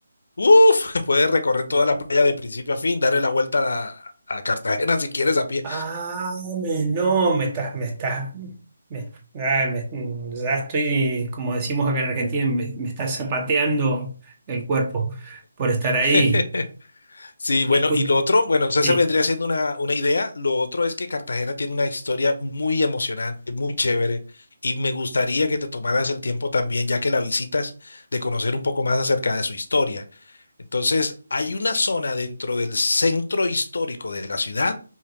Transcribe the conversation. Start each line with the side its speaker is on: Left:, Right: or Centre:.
Left: Uf, <laughs> puedes recorrer toda la playa de principio a fin, darle la vuelta a, a Cartagena si quieres a pie.
Right: Ah, me- no, me estás, me estás, me, ay, me- mm, ya estoy, como decimos acá en Argentina, me, me está zapateando el cuerpo por estar ahí.
Left: <laughs> Sí, bueno,
Right: Escu-
Left: y lo otro, bueno, o se
Right: sí.
Left: vendría siendo una, una idea. Lo otro es que Cartagena tiene una historia muy emocionante, muy chévere, y me gustaría que te tomaras el tiempo también, ya que la visitas, de conocer un poco más acerca de su historia. Entonces, hay una zona dentro del centro histórico de la ciudad